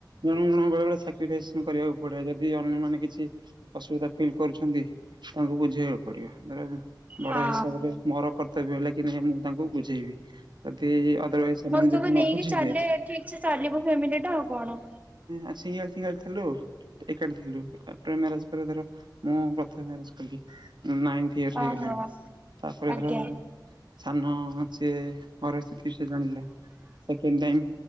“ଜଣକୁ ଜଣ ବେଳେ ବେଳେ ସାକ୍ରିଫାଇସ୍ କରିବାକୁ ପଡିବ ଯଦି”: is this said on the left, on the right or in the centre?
Right